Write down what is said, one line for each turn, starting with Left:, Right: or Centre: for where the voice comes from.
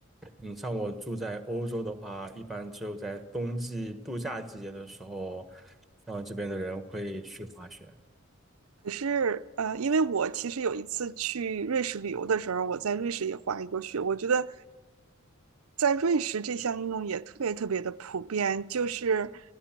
Centre: 嗯，像我住在欧洲的话，一般只有在冬季度假季节的时候，然后这边的人会去滑雪。
Right: 可是，呃，因为我其实有一次去瑞士旅游的时候，我在瑞士也滑一过雪。我觉得在瑞士这项运动也特别特别的普遍，就是，